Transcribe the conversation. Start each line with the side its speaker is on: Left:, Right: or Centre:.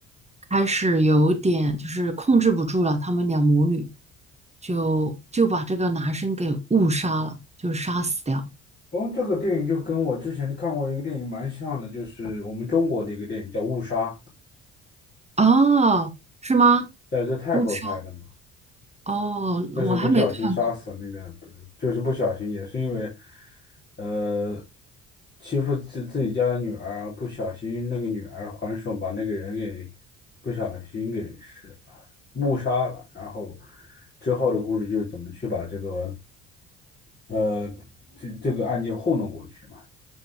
Right: 开始有点就是控制不住了，他们俩母女就就把这个男生给误杀了，就杀死掉了。
Left: 哦，这个电影就跟我之前看过一个电影蛮像的，就是我们中国的一个电影叫《误杀》，
Right: 哦，是吗？
Left: 在在泰国拍的。
Right: 误杀？
Left: 嘛。
Right: 哦，
Left: 就是不小心杀死那个，
Right: 我还没看过。
Left: 不就是不小心，也是因为，呃，欺负自自己家的女儿，不小心那个女儿还手把那个人给不小心给是误杀了，然后之后的故事就是怎么去把这个呃这这个案件糊弄过去嘛，